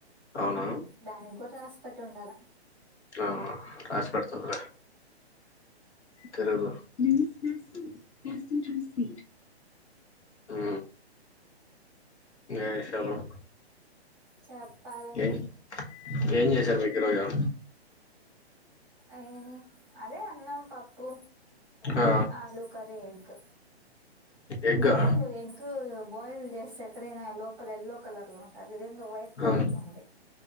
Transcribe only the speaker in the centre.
దాని గూడు రాసిపెట్టి ఉండాలా
చెప్పాలండి
ఏమి అదే అన్నం పప్పు
ఆలు కరీ ఎగ్
అదేందో ఎగ్గుబ్ బాయిల్ జేసే ఎక్కడైనా లోపల ఎల్లో కలర్లో ఉంటది, ఇది ఏందో వైట్ కలర్లో
ఉంది.